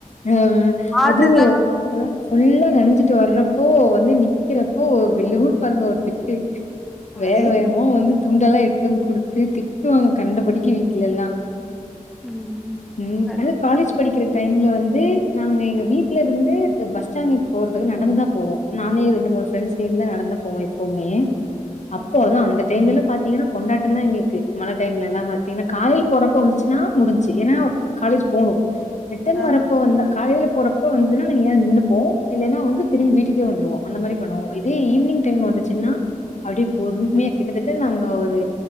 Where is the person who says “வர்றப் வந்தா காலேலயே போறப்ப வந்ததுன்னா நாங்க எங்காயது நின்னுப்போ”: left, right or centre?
Left